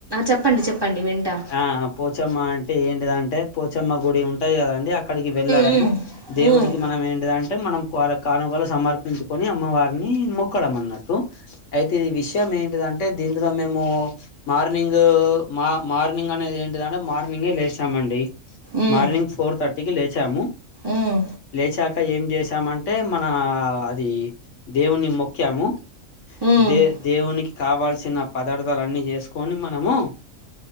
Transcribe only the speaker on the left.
ఆ పోచమ్మంట్ ఏంటిదంటే పోచమ్మ గుడి ఉంటాయి కదా అక్కడికి వెళ్ళడము
దేవునికి
మనం ఏంటిదంటే మనం వార కానుకలు సమర్పించుకొని అమ్మవారిని మొక్కడం అన్నట్టు, అయితే ఈ విషయం ఏంటిదంటే దీనిలో మేము మార్నింగ్ మార్నింగ్ అనేది ఏంటిదంటే మ ర్నింగే లేసామండి
మార్నింగ్ ఫోర్ థర్ టికి లేచాము
లేచాక ఏం చేసామంటే మన అది దేవుని మొక్కాము
దే
దేవునికి కావాల్సిన పదార్థాలు అన్ని చేసుకొని మనము